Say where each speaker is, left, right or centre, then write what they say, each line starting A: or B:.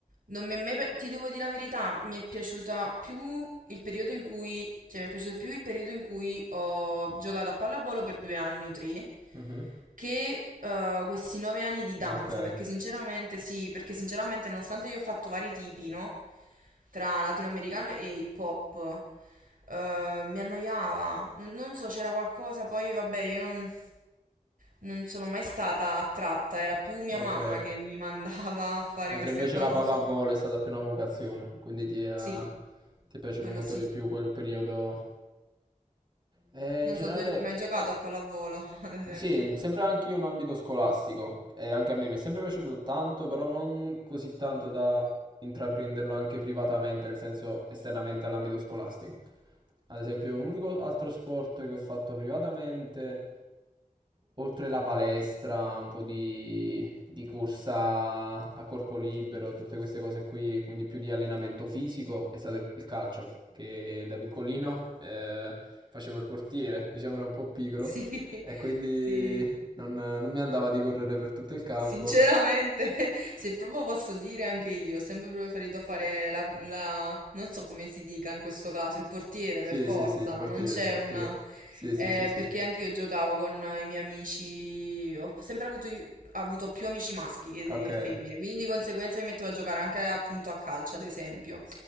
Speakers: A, on the right; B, on the right.
A: Non mi è mai... pi- Ti devo dire la verità, mi è piaciuta più il periodo in cui... Cioè, mi è piaciuto più il periodo in cui ho giocato a pallavolo per due anni o tre
B: Mhm.
A: che eh, questi nove anni di danza,
B: Ok,
A: perché sinceramente sì, perché sinceramente nonostante io ho fatto vari tipi, no? Tra latinoamericano e hip hop, eh, mi annoiava. N- non so, c'era qualcosa, poi vabbè, io non, non sono mai stata attratta, era più mia mamma
B: ok.
A: che mi mandava a fare
B: Mentre
A: queste
B: invece
A: cose, poi
B: la
A: non
B: pallavolo
A: lo so.
B: è stata più una vocazione, quindi ti è,
A: Sì,
B: ti è piaciuto
A: quello
B: molto
A: sì.
B: di più quel periodo. Eh, in
A: Non
B: generale
A: so, tu hai mai giocato a pallavolo, <laughs> ad esempio?
B: Sì, sempre anche io in ambito scolastico, e anche a me mi è sempre piaciuto tanto, però non così tanto da intraprenderlo anche privatamente, nel senso esternamente all'ambito scolastico. Ad esempio, l'unico altro sport che ho fatto privatamente, oltre la palestra, un po' di, di corsa a corpo libero, tutte queste cose qui, quindi più di allenamento fisico, è stato il calcio, che da piccolino eh, facevo il portiere, diciamo era un po' pigro.
A: Sì,
B: E quindi
A: sì.
B: non, non mi andava di correre per tutto il campo.
A: Sinceramente, <laughs> se proprio posso dire anche io, ho sempre preferito fare la, la- non so come si dica in questo caso, il portiere
B: Sì,
A: per forza,
B: sì, sì, il portiere,
A: non c'è
B: il portiere.
A: una...
B: Sì, sì,
A: eh,
B: sì, sì.
A: perché anche io giocavo con i miei amici, ho sempre avuto, avuto più amici maschi che de-
B: Ok.
A: femmine, quindi di conseguenza mi mettevo a giocare anche appunto a calcio, ad esempio.